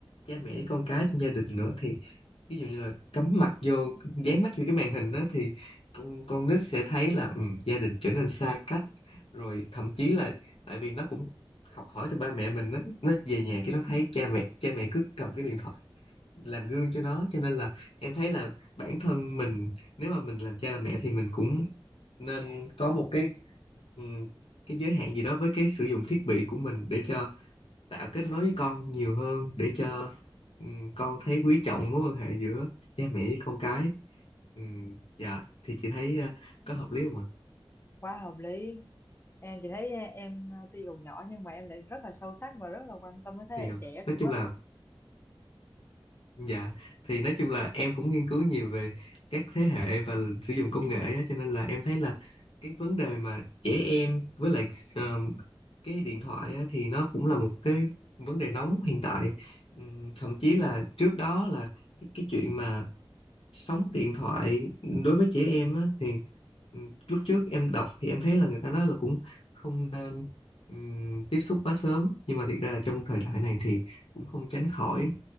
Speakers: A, on the left; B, on the left.
A: cha mẹ con cái trong gia đình nữa thì ví dụ như là cắm mặt vô dán mắt vô cái màn hình đó thì con con nít sẽ thấy là ừ, gia đình trở nên xa cách rồi thậm chí là tại vì nó cũng học hỏi từ ba mẹ mình đó, nó về nhà
B: ừ,
A: cái nó thấy cha mẹ cha mẹ cứ cầm cái điện thoại làm gương cho nó cho nên là em thấy là bản thân mình nếu mà mình làm cha làm mẹ thì mình cũng nên có một cái ừ, cái giới hạn gì đó với cái sử dụng thiết bị của mình để cho tạo kết nối với con nhiều hơn để cho ừm, con thấy quý trọng mối quan hệ giữa cha mẹ với con cái Ừm, dạ thì chị thấy ờ, có hợp lý không ạ
B: quá hợp lý em chị thấy em à, tuy còn nhỏ nhưng mà em lại rất là sâu sắc và rất là quan tâm tới thế
A: thì
B: hệ
A: ờ,
B: trẻ
A: nói
B: luôn
A: chung
B: á
A: là dạ thì nói chung là em cũng nghiên cứu nhiều về các thế hệ và sử dụng công nghệ á, cho nên là em thấy là cái vấn đề mà trẻ em với lại ờ, cái điện thoại á, thì nó cũng là một cái vấn đề nóng hiện tại Ừm, thậm chí là trước đó là cái, cái chuyện mà sóng điện thoại đối với trẻ em á, thì ừ, lúc trước em đọc thì em thấy là người ta nói là cũng không nên ừm, tiếp xúc quá sớm nhưng mà thiệt ra là trong thời đại này thì cũng không tránh khỏi